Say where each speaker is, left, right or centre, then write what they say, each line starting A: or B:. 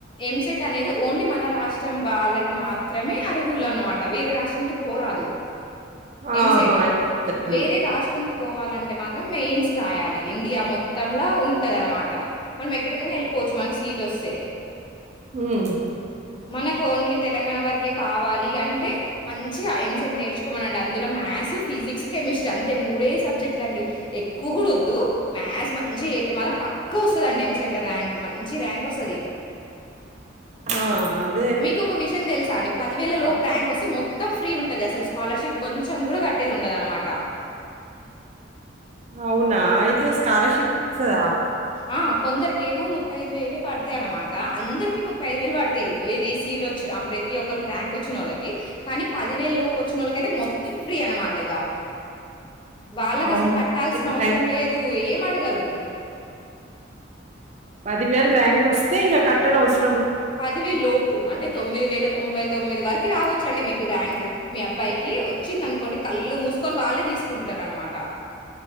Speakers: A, on the left (about 25°); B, on the right (about 35°).
A: ఎంసెట్ అనేది ఓన్లీ మన రాష్ట్రం వాళ్ళకి మాత్రమే. అర్హులు అన్నమాట వేరే రాష్ట్రానికి పోరాదు.
B: ఆహా!
A: ఎంసెట్
B: ఇంటర్‌సెట్.
A: వేరే రాష్ట్రంకి. కి పోవాలంటే మాత్రం మెయిన్స్ రాయాలి ఇండియా మొత్తంలా ఉంటదన్మాట. మనం ఎక్కడికైనా ఏళ్ళిపోవోచ్చు మన్కి సీట్ ఒస్తే.
B: ఉమ్.
A: మనకి ఓన్లీ తెలంగాణ వరకే కావాలి అంటే. అంటే మంచిగా ఎంసెట్ నేర్చుకోమనండి అందులో మ్యాస్ ఫిజిక్స్ కెమిస్ట్రీ అంతే మూడే సబ్జెక్ట్లు అండి. ఎక్కువ కూడా ఒద్దు మ్యాథ్స్ మంచిగా
B: హ్మ్.
A: చేస్తే మాత్రం పక్. ఎక్కువ ఒస్తదండి ఎంసెట్ల ర్యాంక్ మంచి ర్యాంక్ ఒస్తది.
B: ఆ! అదే.
A: మీకు ఒక విషయం తెల్సా అండి
B: అయితే
A: పదివేల
B: రాదు.
A: లోప్. మీకోస్తే మొత్తం ఫ్రీ ఉంటాది అసల్ స్కాలర్షిప్ కొంచెం కూడా కట్టేది ఉండదు అన్మాట.
B: అవ్నా అయితే స్కాలర్షిప్ ఒస్తదా.
A: ఆ కొందరికేమో ముప్పై ఐదు వేలే పడ్తాయి అన్మాట అందరికి ముప్పై ఐదు వేలు పడ్తాయి ఏది సీట్ ఓచ్ చ్ అం ప్రతి ఒక్కరికి ర్యాంక్ ఒచ్చిన్ నోళ్ళకి కానీ పదివేలు లోపు ఒచ్చినోళ్ళకి అయితే మొత్తం ఫ్రీ అన్మాట ఇగా వాళ్ళకి
B: అవును.
A: అసల్ కట్టాల్సిన
B: పదివేల
A: అవ్సరం
B: ర్యాంక్
A: లేదు ఏం అడగరు
B: పదివేల ర్యాంక్ ఒస్తే ఇగ కట్టన్ అవస్
A: పదివే లోపు అంటే తొమ్మిది వేల తొంభై తొమ్మిది వర్ రావచ్చండి మీకు ర్యాంక్ మీ అబ్బాయికి వచ్చింది అనుకోండి కళ్ళు మూసుకొని వాళ్ళే తీసుకుంటారు అనమాట.